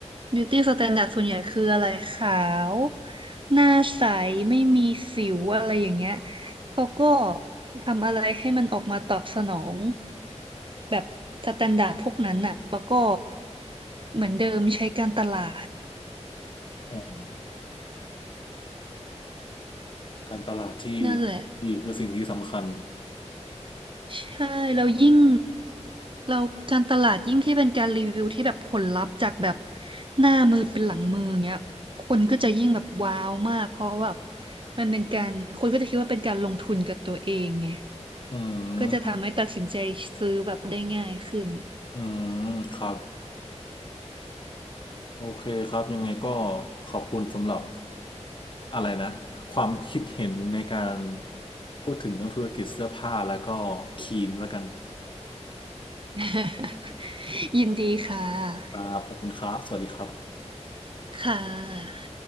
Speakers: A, on the right; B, on the left.
A: บิวตี้สแตนดาร์ดส่วนใหญ่คืออะไรขาวหน้าใสไม่มีสิวอะไรอย่างเงี้ยเขาก็ทำอะไรให้มันออกมาตอบสนองแบบสแตนดาร์ดพวกนั้นน่ะแล้วก็เหมือนเดิมใช้การตลาด
B: อมการตลาดที่
A: นั่นแหละ
B: ดีคือสิ่งที่สำคัญ
A: ใช่แล้วยิ่งเราการตลาดยิ่งที่เป็นการรีวิวที่แบบผลลัพธ์จากแบบหน้ามือเป็นหลังมือเงี้ยคนก็จะยิ่งแบบว้าวมากเพราะว่าแบบมันเป็นการคนก็จะคิดว่าเป็นการลงทุนกับตัวเองไง
B: อืม
A: ก็จะทำให้ตัดสินใจซื้อแบบได้ง่ายขึ้น
B: อืมครับโอเคครับยังไงก็ขอบคุณสำหรับอะไรนะความคิดเห็นในการพูดถึงเรื่องธุรกิจเสื้อผ้าแล้วก็ครีมแล้วกัน
A: <laughs> ยินดีค่ะ
B: อ่าขอบคุณครับสวัสดีครับ
A: ค่ะ